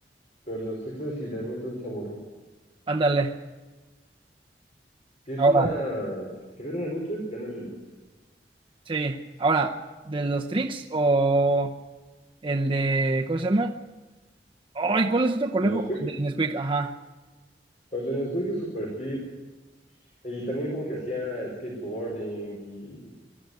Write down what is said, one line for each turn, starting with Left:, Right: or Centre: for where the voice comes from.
Left: Pero el de los Tex es literalmente un chavo
Right: Ándale.
Left: Si es
Right: Ahora,
Left: una. Si se agarran a golpes, gana el de los sexos.
Right: sí. Ahora, ¿de los Tricks o el de. ¿Cómo se llama? Ay, ¿cuál es otro conejo?
Left: ¿El de Nesquik?
Right: El de Nesquik, ajá.
Left: El de Nesquik es super fit. Y también como que hacía skateboarding y